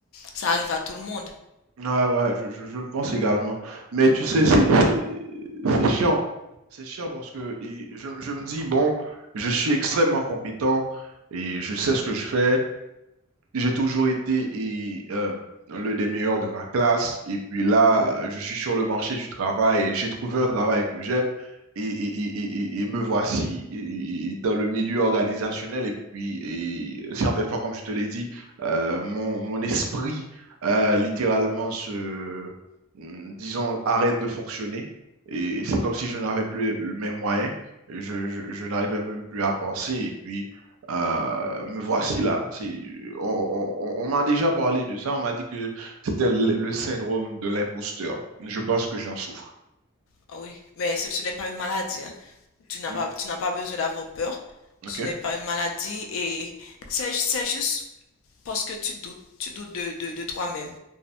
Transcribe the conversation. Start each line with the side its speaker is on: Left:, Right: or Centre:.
Left: ça arrive à tout le monde.
Right: Ouais, ouais, je, je- je le pense également. Mais tu sais, c'est c'est- c'est chiant. C'est chiant parce que et je, je me dis, bon, je suis extrêmement compétent et je sais ce que je fais. j'ai toujours été et, euh, l'un des meilleurs de ma classe. Et puis là, je suis sur le marché du travail. J'ai trouvé un travail que j'aime. Et, et- et- et- et me voici et- et dans le milieu organisationnel. Et puis, et certaines fois, comme je te l'ai dit, euh, mon, mon esprit euh, littéralement se, mm, disons, arrête de fonctionner. Et c'est comme si je n'avais plus les les mêmes moyens. Je, je, je n'arrivais même plus à penser. Et puis, euh, me voici là. C'est, on on- on m'a déjà parlé de ça. On m'a dit que c'était le le syndrome de l'imposteur. Je pense que j'en souffre.
Left: Ah Oui, mais ce, ce n'est pas une maladie, hein. Tu n'as
Right: Mm,
Left: pas, tu n'as pas besoin d'avoir peur. Ce
Right: OK?
Left: n'est pas une maladie et c'est, c'est juste parce que tu doutes, tu doutes de, de, de toi-même.